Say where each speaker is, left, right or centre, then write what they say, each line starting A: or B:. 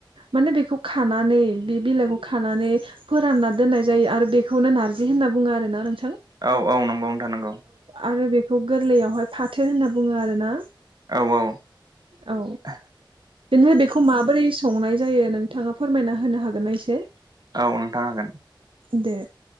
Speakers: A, on the right; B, on the right.
A: माने बेखौ खानानै बे बिलाइखौ खानानै। फोरानना दोननाय जायो आरो बेखौनो नारजि होनना बुङो आरोना नों।
B: औ औ नंगौनो थानांगौ।
A: आरो बेखौ गोरलैयावहाय फाथो होनना बुङो आरो ना।
B: औ औ।
A: औ।
B: आ।
A: बेनिफ्राय बेखौ माबोरै संनाय जायो नोंथाङा फोरमायना होनो हागोननाा एसे।
B: औ नोंथांा हागोन।
A: दे।